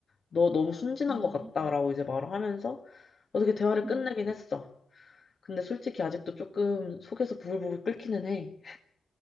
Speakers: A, on the left; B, on the right.
A: 너 너무 순진한
B: 음, 음.
A: 것 같다라고 이제 말을 하면서 어떻게 대화를
B: 음.
A: 끝내긴 했어. 근데 솔직히 아직도 조금 속에서 부글부글 끓기는 해.